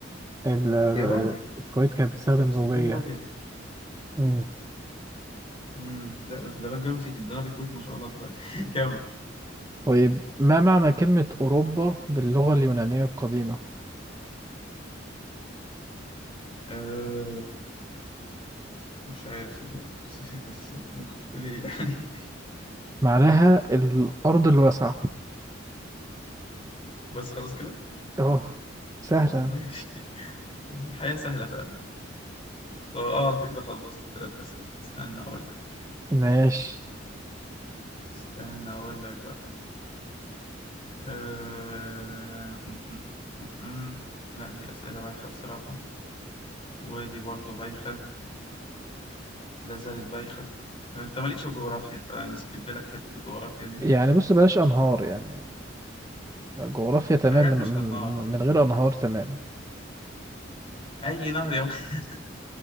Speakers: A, on the right (about 15°); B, on the left (about 30°).
A: ال-
B: يا راجل
A: الكويت كانت بتستخدم
B: كانوا بيستخدموا
A: روبية
B: روبيا
A: مم.
B: امم لا ده الدرجة الكويتي الدينار الكويتي ما شاء الله دلوقتي <laughs> كمل
A: طيب ما معنى كلمة أوروبا باللغة اليونانية القديمة؟
B: آه، مش عارف صدق بس, <laughs> بس ممكن تقول ايه يعني
A: معناها الأرض الواسعة
B: <laughs> بس خلاص كده
A: اه سهلة
B: ماشي الحياة سهلة فعلا طب اه انت كده خلصت ثلاث أسئلة استنى اقول لك
A: ماشي
B: استنى اقول لك بقى أه... م- م- م- م- م. لا دي أسئلة بايخة بصراحة ودي برضو بايخة لا زالت بايخة آه، انت مالكش في الجغرافيا فنسكب لك حتة الجغرافيا دي
A: يعني بص بلاش أنهار يعني جغرافيا تمام
B: في حاجات
A: من
B: مش
A: من
B: انهار
A: من من غير أنهار تمام
B: اي نهر يا م- <laughs>